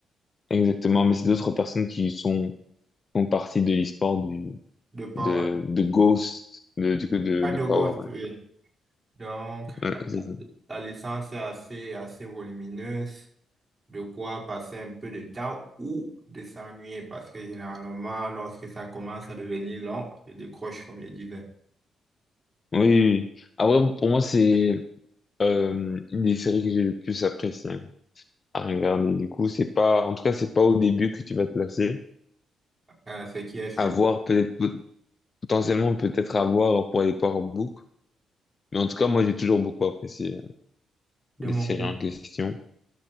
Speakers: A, on the left; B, on the right.
A: Exactement, mais c'est d'autres personnes qui sont, font partie de l'histoire du
B: De Power.
A: de, de Ghost, de, du coup, de,
B: Pas
A: de
B: de
A: Power.
B: Ghost, oui. Donc,
A: Ouais, Ouais,
B: la,
A: c'est ça.
B: la licence est assez, assez volumineuse. De quoi passer un peu de temps ou de s'ennuyer. Parce que généralement, lorsque ça commence à devenir long, je décroche, comme je disais.
A: Oui, oui. oui. Ah ouais pour moi, c'est euh, une des séries que j'ai le plus apprécié à regarder. Du coup, c'est pas, en tout cas, c'est pas au début que tu vas te lasser.
B: Euh, ce qui est sûr.
A: À voir, peut-être, pot- potentiellement, peut-être à voir pour les Power book Mais en tout cas, moi, j'ai toujours beaucoup apprécié euh,
B: De mon
A: les séries
B: côté,
A: en question.